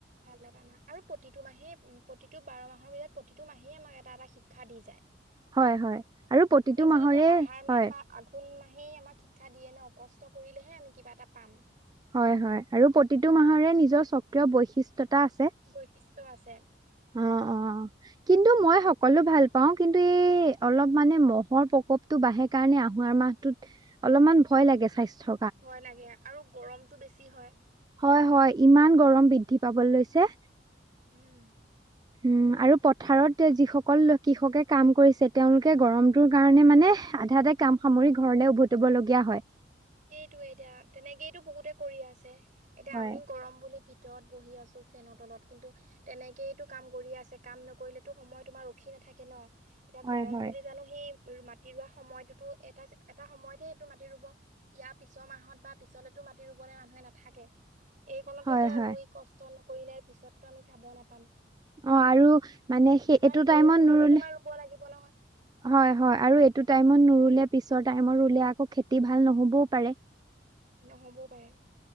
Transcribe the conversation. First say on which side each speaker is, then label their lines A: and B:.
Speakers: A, on the right (about 45°); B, on the right (about 20°).
A: ভাল লগা মাহ আৰু প্ৰতিটো মাহেই, প্ৰতিটো বাৰ মাহৰ ভিতৰত প্ৰতিটো মাহেই আমাক এটা এটা শিক্ষা দি যায়।
B: হয় হয় আৰু প্ৰতিটো
A: চোৱাচোন
B: মাহৰে,
A: এতিয়া আহাৰ মাহ
B: হয়।
A: বা আঘোণ মাহেই আমাক শিক্ষা দিয়ে ন'? কষ্ট কৰিলেহে আমি কিবা এটা পাম।
B: হয় হয় আৰু প্ৰতিটো মাহৰে নিজৰ স্বক্ৰিয় বৈশিষ্ট্যতা আছে।
A: বৈশিষ্ট আছে।
B: অ', অ'। কিন্তু মই সকলো ভাল পাওঁ, কিন্তু এই অলপ মানে ম'হৰ প্ৰকোপ- ম'হ তো বাঢ়ে কাৰণে আহুৱাৰ মাহত অলপমান ভয় লাগে স্বাস্থ্য-
A: ভয় লাগে আৰু গৰমটো বেছি হয়।
B: হয়-হয়, ইমান গৰম বৃদ্ধি পাব লৈছে।
A: উম।
B: উম, আৰু পথাৰত যিসকল কৃষকে কাম কৰিছে তেওঁলোকে গৰমটোৰ কাৰণে মানে আধাতে- কাম সামৰি ঘৰলে উভতিব লগীয়া হয়।
A: সেইটোৱে এতিয়া তেনেকেই তো বহুতে কৰি আছে। এতিয়া
B: হয়,
A: আমি গৰম বুলি- ভিতৰত বহি আছোঁ ফেনৰ তলত কিন্তু- তেনেকেই টো কাম কৰি আছে কাম নকৰিলেতো সময় তোমাৰ ৰখি নাথাকে ন। এতিয়া
B: হয়,
A: গৰম
B: হয়,
A: বুলি জানো সেই মাটি ৰোৱা সময়টোতো এটা-এটা সময়ত'হে সেইটো মাটি ৰুব। ইয়াৰ পিছৰ মাহত বা পিছলেতো মাটি ৰুবলৈ মানুহে নাথাকে। এইকণতে
B: হয়,
A: তেওঁ
B: হয়
A: ৰুই কষ্ট- নকৰিলে পিছতটো আমি খাব নাপাম।
B: অঁ', -আৰু মানে সেই
A: যিমান
B: এইটো
A: বৰষুণতো
B: টাইমত নোৰুলে,
A: তোমাৰ ৰুব লাগিব নহয়
B: হয়- হয়,
A: অ
B: আৰু- টো টাইমত নৰুলে পিছৰ টাইমত ৰুলে আকৌ খেতি ভাল নহ'বও পাৰে।
A: নহ'বও পাৰে।